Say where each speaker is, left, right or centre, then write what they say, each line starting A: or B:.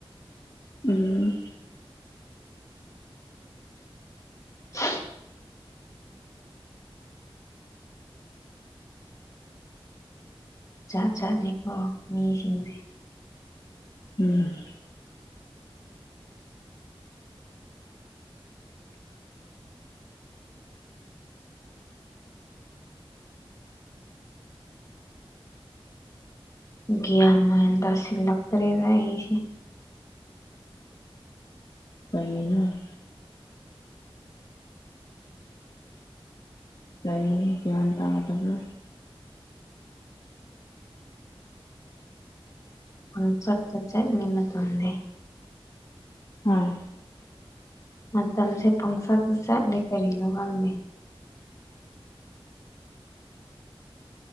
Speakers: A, on the left; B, on the left.
A: ꯎꯝ
B: <inaudible> ꯖꯥꯠ ꯖꯥꯠꯅꯤꯀꯣ ꯃꯤꯁꯤꯡꯁꯦ
A: ꯎꯝ
B: ꯒꯤꯌꯥꯟ ꯃꯦꯟ ꯇꯥꯁꯤꯟꯂꯛꯇꯔ꯭ꯦꯗꯥ ꯑꯩꯁꯦ
A: ꯀꯩꯅꯦ ꯀꯔꯤ ꯀꯒꯌꯥꯟ ꯇꯗꯕ
B: ꯄꯥꯡ ꯆꯠ ꯇꯥ ꯆꯠꯂꯤ ꯃꯇꯝꯖꯦ
A: ꯍꯣꯏ
B: ꯃꯇꯝꯁꯦ ꯄꯪꯆꯠꯇ ꯆꯠꯂꯦ ꯀꯔꯤꯅꯣ ꯈꯪꯗꯦ